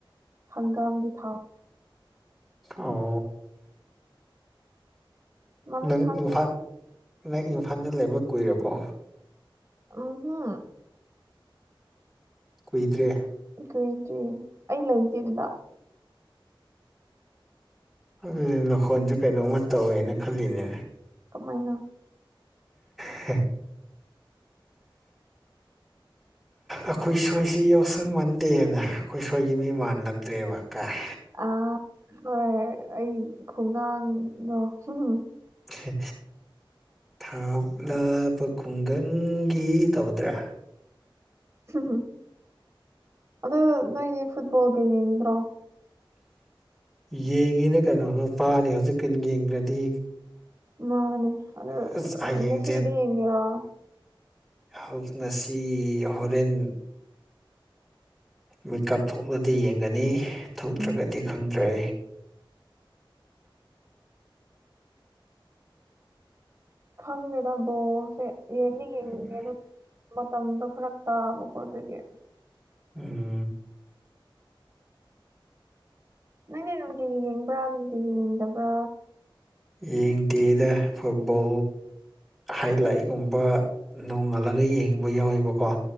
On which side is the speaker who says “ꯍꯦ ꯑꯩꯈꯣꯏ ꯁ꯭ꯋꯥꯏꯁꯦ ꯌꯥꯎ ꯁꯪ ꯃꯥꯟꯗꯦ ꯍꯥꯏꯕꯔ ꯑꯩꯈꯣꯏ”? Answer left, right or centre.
Centre